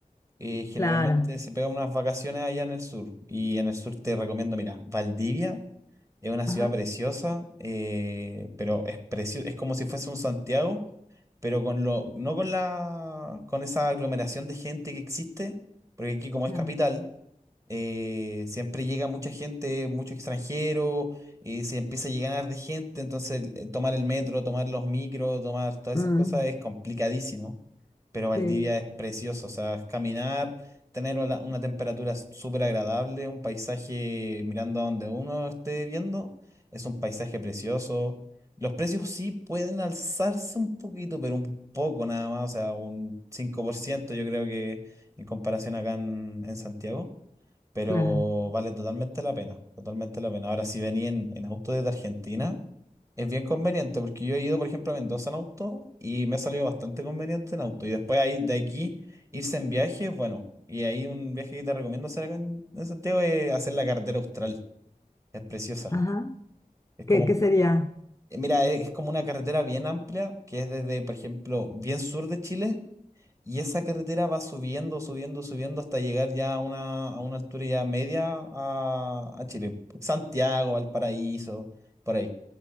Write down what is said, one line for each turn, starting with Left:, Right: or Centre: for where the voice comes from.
Right: eh, generalmente
Left: claro.
Right: se pega unas vacaciones allá en el sur. Y en el sur te recomiendo, mira, Valdivia es una
Left: Ajá,
Right: ciudad preciosa, eh, pero es precio- es como si fuese un Santiago, pero con lo, no con la, con esa aglomeración de gente que existe, porque aquí como
Left: claro.
Right: es capital eh, siempre llega mucha gente, mucho extranjero, y se empieza a llegar de gente, entonces eh, tomar el metro, tomar los micros, tomar todas
Left: Mm,
Right: esas cosas es complicadísimo, pero Valdivia
Left: sí,
Right: es precioso, o sea, caminar, tener una, una temperatura s- súper agradable, un paisaje mirando a donde uno esté viendo, es un paisaje precioso. Los precios sí pueden alzarse un poquito, pero un poco nada más, o sea, un 5% yo creo que en comparación acá en en Santiago pero
Left: claro.
Right: vale totalmente la pena, totalmente la pena. Ahora, si venía en, en auto desde Argentina, es bien conveniente, porque yo he ido, por ejemplo, a Mendoza en auto y me ha salido bastante conveniente en auto. Y después ahí, de aquí, irse en viaje es bueno. Y ahí un viaje que te recomiendo hacer acá en, en Santiago es hacer la carretera Austral. Es preciosa.
Left: Ajá.
Right: Es
Left: ¿Qué,
Right: como,
Left: qué sería?
Right: eh, mira, es, es como una carretera bien amplia, que es desde, por ejemplo, bien sur de Chile y esa carretera va subiendo, subiendo, subiendo hasta llegar ya a una, a una altura ya media a, a Chile. Santiago, Valparaíso, por ahí.